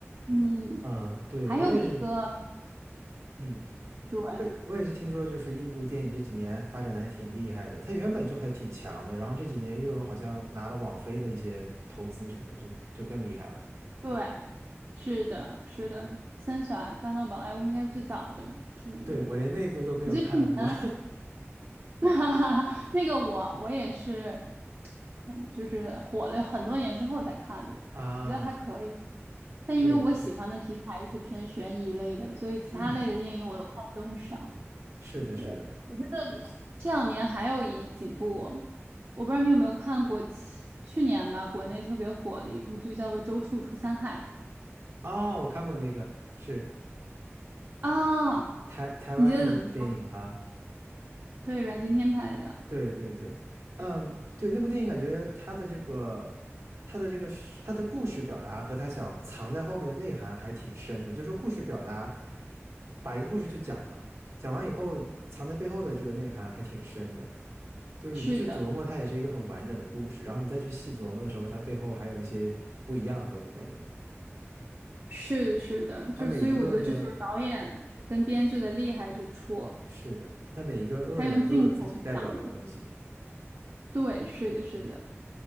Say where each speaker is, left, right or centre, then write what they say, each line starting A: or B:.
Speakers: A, on the right; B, on the right.
A: 嗯，
B: 嗯，对，
A: 还有一个。
B: 我也是，嗯。
A: 对。
B: 我也我也是听说，就是印度电影这几年发展的还挺厉害的，它原本就还挺强的，然后这几年又有好像拿了网飞的一些投资什么的，就就更厉害了。
A: 对，是的，是的，三傻大闹宝莱坞应该是最早的吧，出名的。
B: 对，我连那部都没有看过
A: 我觉得去年，<laughs> 哈哈，那个我我也是很就是火了很多年之后才看的，我觉得还可以。
B: <laughs> 啊，
A: 但因为我喜欢的题材是偏悬疑类的，
B: 对对，
A: 所以其他类的电影我都看的都很少。
B: 嗯，是的，是的，
A: 对，我觉得这两年还有一几部，我不知道你有没有看过去，去年吧，国内特别火的一部剧叫做《周处除三害》。
B: 哦，我看过那个，是
A: 啊，
B: 台台湾的电影哈。
A: 你觉得怎么样？对，阮经天拍的，
B: 对对对，嗯，对，那部电影感觉他的这个，他的这个是，它的故事表达和他想藏在后面的内涵还挺深的。就是说，故事表达，把一个故事就讲了，讲完以后藏在背后的这个内涵还挺深的。就是你不去琢磨，
A: 是的，
B: 它也是一个很完整的故事。然后你再去细琢磨的时候，它背后还有一些不一样的东西在里面。
A: 是的，是的，就是所以我觉得这就是导演跟编剧的厉害之处，
B: 它每一个的，是的，它每一个恶人都有自己代表的东西。
A: 他用镜头讲了。对，是的，是的，